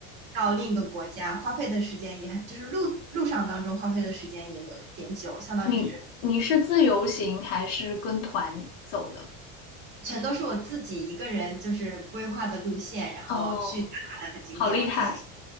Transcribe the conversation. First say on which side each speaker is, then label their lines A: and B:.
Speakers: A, on the right (about 35°); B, on the left (about 65°).
A: 到另一个国家，花费的时间也很，就是路路上当中花费的时间也有一点久，相当于是
B: 你你是自由行还是跟团走的？
A: 全都是我自己一个人就是规划的路线，然后去打卡的景点，
B: 哦，好厉害。
A: 我自己